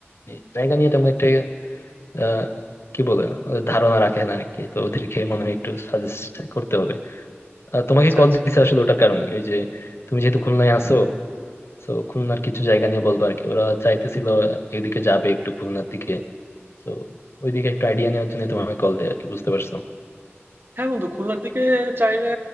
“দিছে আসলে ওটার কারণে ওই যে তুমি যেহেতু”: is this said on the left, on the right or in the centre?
Left